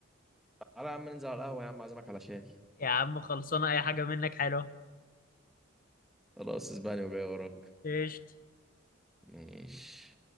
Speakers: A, in the centre; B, on the left.
A: تعالى يا عم ننزل على القهوة يا عم اعزمك على شاي
B: يا عم خلصانه اي حاجه منك حلوه
A: خلاص اسباني وجاي وراك
B: ايش
A: ماشي